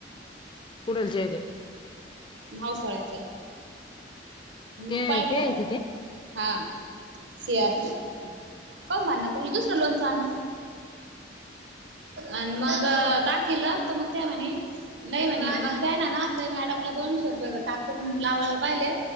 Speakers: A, on the left; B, on the right.
A: कूडलच्यायत्या?
B: म्हावसाळ्याच्या. मग
A: ते
B: पाहिलं
A: ते आहे का ते?
B: हा शियार
A: हम्म
B: काऊन भांनं करूल दुसर लोनच आणा. आण मग दाखिवल होत मग तेव्हानी. <unintelligible> नाही म्हणे <inaudible> मग तेयनाना ते मॅडमला दोनशे रुपये टाकून लावायला पाहिले.